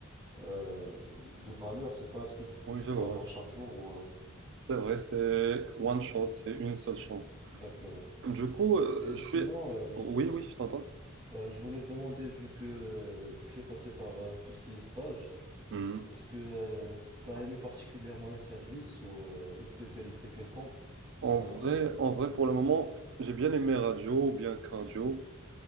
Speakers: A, on the right; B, on the right.
A: euh, de valeur, c'est pas un truc que
B: Oui,
A: tu
B: je
A: peux
B: vois.
A: avoir chaque jour. Ou, euh,
B: C'est vrai, c'est one shot, c'est une seule chance.
A: Exactement.
B: Du coup, euh,
A: Et sinon,
B: je suis...
A: euh, je
B: Oui, oui, je t'entends.
A: euh, je voulais te demander, vu que euh, tu es passé par euh, tout ce qui est stage,
B: Mhm.
A: Est-ce que tu t'as aimé particulièrement un service ou euh, une spécialité quelconque jusqu'à
B: En vrai,
A: maintenant?
B: en vrai, pour le moment, j'ai bien aimé radio ou bien cardio.